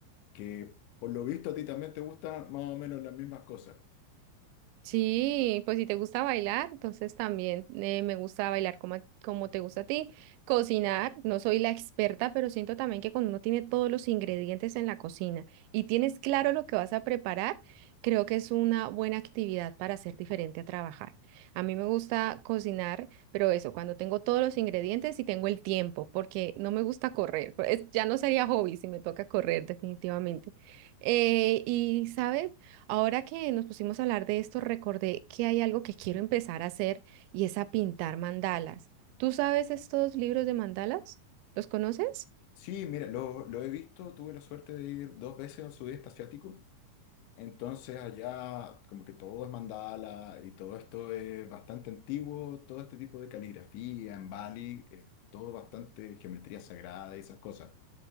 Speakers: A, on the left; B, on the right.
A: que por lo visto a ti también te gustan más o menos las mismas cosas.
B: Sí, pues si te gusta bailar, entonces también eh, me gusta bailar como, a- como te gusta a ti. Cocinar, no soy la experta, pero siento también que cuando uno tiene todos los ingredientes en la cocina y tienes claro lo que vas a preparar, creo que es una buena actividad para ser diferente a trabajar. A mí me gusta cocinar, pero eso, cuando tengo todos los ingredientes y tengo el tiempo, porque no me gusta correr. <laughs> pues, ya no sería hobby si me toca correr, definitivamente. Eh, y, ¿sabes? Ahora que nos pusimos a hablar de esto, recordé que hay algo que quiero empezar a hacer y es a pintar mandalas. ¿Tú sabes estos libros de mandalas? ¿Los conoces?
A: Sí, mira, lo, lo he visto, tuve la suerte de ir dos veces al sudeste asiático. Entonces allá como que todo es mandala y todo esto es bastante antiguo, todo este tipo de caligrafía en Bali, es todo bastante geometría sagrada y esas cosas.